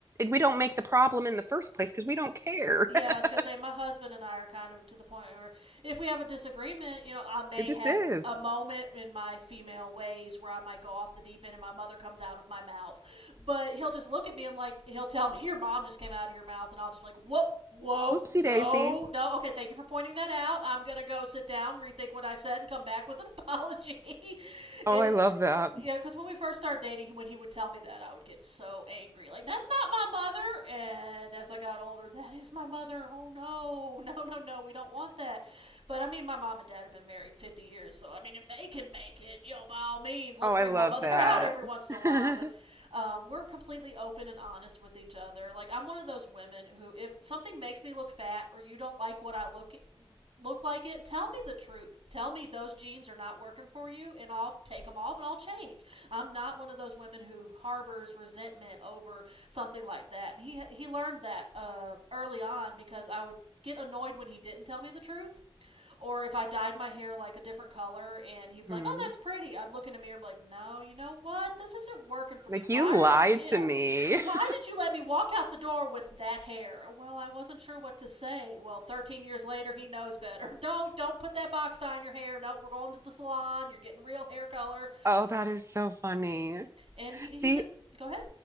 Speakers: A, on the right; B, on the right.
A: we don't make the problem in the first place because we don't care.
B: Yeah,
A: <laughs>
B: I was gonna say my husband and I are kind of to the point where if we have a disagreement, you know, I may
A: It just
B: have
A: is.
B: a moment in my female ways where I might go off the deep end and my mother comes out of my mouth. But he'll just look at me and like he'll tell me, Your mom just came out of your mouth and I'll just like, Whoop, whoa,
A: Whoopsie
B: no,
A: daisy.
B: no, okay, thank you for pointing that out. I'm gonna go sit down, rethink what I said and come back with an apology. <laughs>
A: Oh,
B: and
A: I
B: it,
A: love that.
B: yeah, because when we first started dating, when he would tell me that, I would get so angry. Like, that's not my mother. And as I got older, that is my mother. Oh, no. <laughs> No, no, no. We don't want that. But I mean, my mom and dad have been married 50 years. So, I mean, if they can make it, you know, by all means, let's
A: Oh, I
B: bring
A: love
B: my mother
A: that.
B: <laughs> out every once in
A: <laughs>
B: a while. But um, we're completely open and honest with each other. Like, I'm one of those women who, if something makes me look fat or you don't like what I look at look like it, tell me the truth. Tell me those jeans are not working for you, and I'll take them off and I'll change. I'm not one of those women who harbors resentment over something like that. And he he learned that uh, early on because I would get annoyed when he didn't tell me the truth, or if I dyed my hair like a different color and he'd be
A: Hmm.
B: like, "Oh, that's pretty," I'd look in the mirror and be like, "No, you know what? This isn't working for me.
A: Like
B: Why
A: you
B: are
A: lied
B: you? Yeah."
A: to me.
B: why
A: <laughs>
B: did you let me walk out the door with that hair? Well, I wasn't sure what to say. Well, 13 years later, he knows better. <laughs> Don't don't put that box dye on your hair. No, nope, we're going to the salon. You're getting real hair color.
A: Oh, that is so funny.
B: And he
A: See,
B: he's just go ahead.